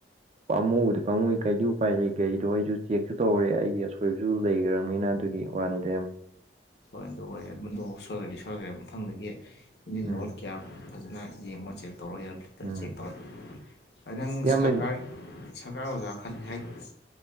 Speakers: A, on the right; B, on the left.
A: ꯄꯥꯝꯃꯨꯗꯤ ꯄꯥꯃꯨ ꯀꯩꯗꯤ ꯎꯄꯥꯏ ꯂꯩ ꯀꯩꯗꯣ ꯑꯩꯁꯨ ꯆꯦꯛꯁꯨ ꯇꯧꯔꯦ ꯑꯩꯒꯤ ꯑꯁꯣꯏꯕꯁꯨ ꯂꯩꯈ꯭ꯔꯕꯅꯤꯅ ꯑꯗꯨꯒꯤ ꯋꯥꯅꯤ ꯗꯦꯝ
B: ꯐꯣꯏꯅ ꯇꯗ ꯑꯣꯏꯦ ꯑꯗꯨꯗꯣ ꯁꯣꯏꯒꯔꯗꯤ ꯁꯔꯗꯤ ꯑꯃꯝ ꯊꯪꯗꯒꯦ
A: ꯎꯝ
B: ꯐꯖꯅ ꯌꯦꯡꯉꯣ ꯆꯦꯛ ꯇꯧꯔꯒ ꯌꯥ
A: ꯎꯝ
B: ꯆꯦꯛ ꯇꯧꯔꯅꯤ ꯅꯪ
A: ꯏꯌꯥꯝꯕ
B: ꯁꯔꯀꯥꯔ ꯁꯔꯀꯥꯔ ꯑꯣꯖꯥ ꯈꯜꯂꯤꯜꯂꯤ ꯍꯥꯏꯇꯥꯔꯦ